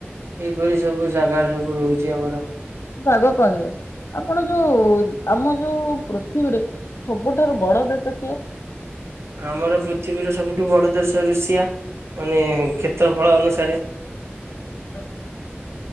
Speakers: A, on the right; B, on the left.
A: ଏଇଭଳି ସବୁ ଜାଗା ସବୁ ରହୁଛି ଆମର।
B: ପାଗ କରିନି। ଆପଣ ଯୋଉ ଆମ ଯୋଉ ପୃଥିବୀରେ ସବୁଠାରୁ ବଡ ଦେଶ କିଏ?
A: ଆମର ପୃଥିବୀର ସବୁଠୁ ବଡ ଦେଶ ଋଷିଆ ମାନେ କ୍ଷେତ୍ରଫଳ ଅନୁସାରେ।
B: ଆଛା।